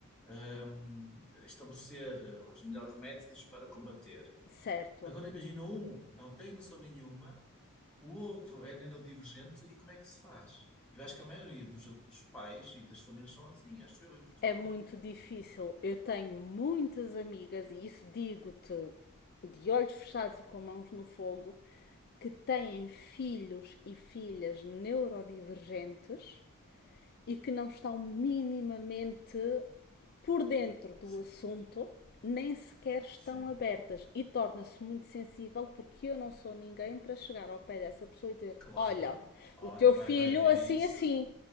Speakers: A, in the centre; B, on the left.
A: hum, estabelecer os melhores métodos para combater.
B: <laughs> certo.
A: Agora imagina um, não tem noção nenhuma, o outro é neurodivergente e como é que se faz? Eu acho que a maioria dos, dos pais e das famílias são assim, acho eu, em Portugal.
B: É muito difícil. Eu tenho muitas amigas, e isso digo-te de olhos fechados e com mãos no fogo, que têm filhos e filhas neurodivergentes e que não estão minimamente por dentro do
A: Sim,
B: assunto, nem sequer estão
A: sim,
B: abertas e torna-se muito sensível porque eu não sou ninguém para chegar ao pé dessa pessoa e dizer:
A: claro.
B: Olha,
A: Olha,
B: o teu
A: vai,
B: filho
A: vai haver
B: assim,
A: isso.
B: assim,